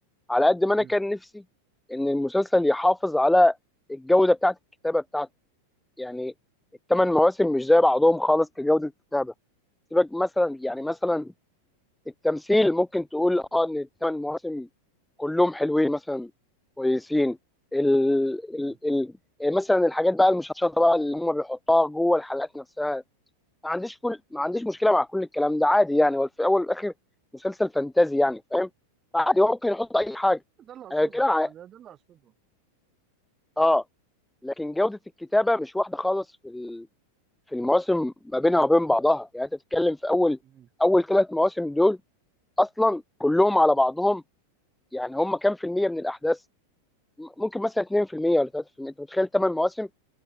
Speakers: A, in the centre; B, on the right (about 30°).
A: على قد ما
B: امم
A: انا كان نفسي ان المسلسل يحافظ على الجوده بتاعت الكتابه بتاعته يعني الثمان مواسم مش زي بعضهم خالص كجوده الكتابه سيبك مثلا يعني مثلا التمثيل ممكن تقول اه ان الثمان مواسم كلهم حلوين مثلا كويسين ال
B: امم
A: ال ال يعني مثلا الحاجات بقى المشطشطه بقى اللي هم بيحطوها جوه الحلقات نفسها ما عنديش كل ما عنديش مشكله مع كل الكلام ده عادي يعني هو في الاول والاخر مسلسل فانتازي يعني فاهم فعادي هو ممكن يحط اي حاجه
B: ده اللي اقصده
A: انا كده ع-
B: ما ده ده اللي اقصده
A: اه لكن جوده الكتابه مش واحده خالص في ال- في المواسم ما بينها وبين بعضها يعني انت بتتكلم في اول
B: امم.
A: اول ثلاث مواسم دول اصلا كلهم على بعضهم يعني هم كام في المية من الاحداث م- ممكن مثلا 2% ولا 3% انت متخيل 8 مواسم